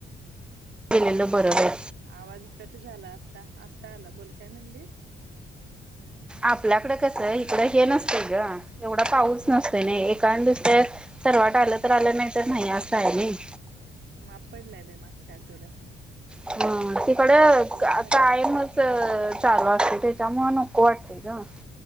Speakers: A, in the centre; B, on the right (about 70°).
A: केलेल बरोबर.
B: आवाज कट झाला आता आत्ता आला बोल काय म्हणलीस.
A: आपल्याकडे कस, इकडं हे नसतय ग, एवढा पाऊस
B: हम्म
A: नसतोय ना काण दिसत सर्वट आलं तर आलं नाही तर नाही असं आहे नाही.
B: माप पडलाय बाई, मागच्या आठवड्यात.
A: हम्, तिकड आ
B: पडून पडून
A: का
B: थकलाय
A: कायमच चालू असतय त्याच्यामुळ नको वाटतय ग.